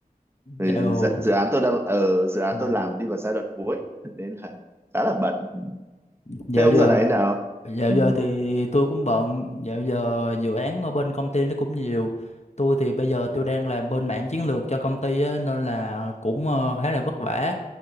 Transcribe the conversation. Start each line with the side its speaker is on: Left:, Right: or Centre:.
Right: Thì
Left: Dạo
Right: dự, dự án tôi đang ở dự án
Left: ừ,
Right: tôi làm đi vào giai đoạn cuối <laughs> nên là khá là bận.
Left: dạo
Right: Thế ông
Left: giờ
Right: dạo này thế nào?
Left: dạo
Right: Ừ.
Left: giờ thì tôi cũng bận. Dạo giờ dự án ở bên công ty nó cũng nhiều. Tôi thì bây giờ tôi đang làm bên mảng chiến lược cho công ty á, nên là cũng ờ, khá là vất vả.